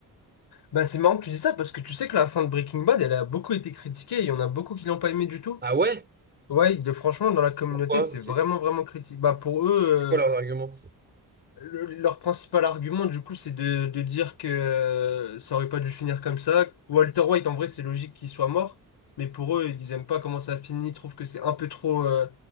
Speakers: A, on the left; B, on the right.
A: Bah, c'est marrant que tu dis ça parce que tu sais que la fin de Breaking Bad, elle a beaucoup été critiquée et il y en a beaucoup qui l'ont pas aimé du tout.
B: Ah ouais?
A: Ouais, de- franchement, dans la communauté,
B: Pourquoi?
A: c'est vraiment,
B: C'est
A: vraiment critique. Bah, pour eux,
B: c'est quoi leur
A: euh,
B: argument?
A: le- leur principal argument, du coup, c'est de, de dire que euh, ça aurait pas dû finir comme ça. Walter White, en vrai, c'est logique qu'il soit mort, mais pour eux, ils aiment pas comment ça finit, ils trouvent que c'est un peu trop... euh,